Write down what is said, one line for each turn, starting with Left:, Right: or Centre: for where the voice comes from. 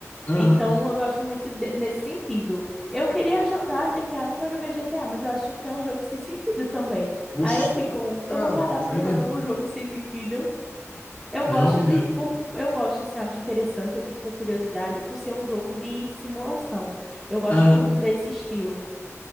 Left: Aham.
Centre: Então, eu gosto muito de- nesse sentido. Eu queria jogar GTA, eu nunca joguei GTA, mas eu acho que é um jogo sem sentido também. Aí
Left: Oxe,
Centre: eu fico,
Left: tu tá
Centre: eu vou parar para
Left: doida?
Centre: jogar um jogo sem sentido. Eu
Left: Não,
Centre: gosto
Left: menina.
Centre: de, porque eu gosto assim, eu acho interessante, eu fico com curiosidade por ser um jogo de simulação. Eu gosto
Left: Aham.
Centre: muito desse estilo.